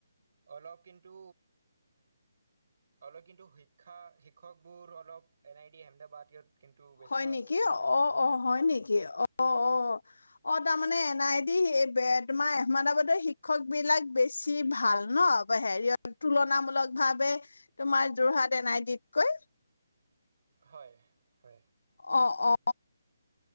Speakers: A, on the right; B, on the left.
A: অলপ কিন্তু অলপ কিন্তু শিক্ষা শিক্ষকবোৰ অলপ এন আই ডি আহেমদাবাদ ইত কিন্তু বেছি
B: হয়
A: ভাল
B: নেকি
A: থাকে
B: অ অ হয় নেকি অ অ অ তাৰমানে এন আই ডি তোমাৰ আহমেদাবাদৰ শিক্ষক বিলাক বেছি ভাল ন হেৰি তুলনামূলক ভাৱে তোমাৰ যোৰহাট এন আই ডিতকৈ
A: হয় হয়
B: অ অ